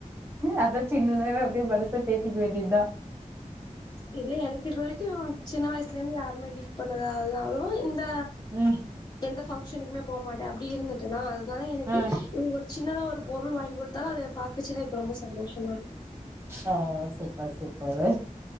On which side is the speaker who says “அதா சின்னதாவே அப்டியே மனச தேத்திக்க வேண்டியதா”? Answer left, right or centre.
Right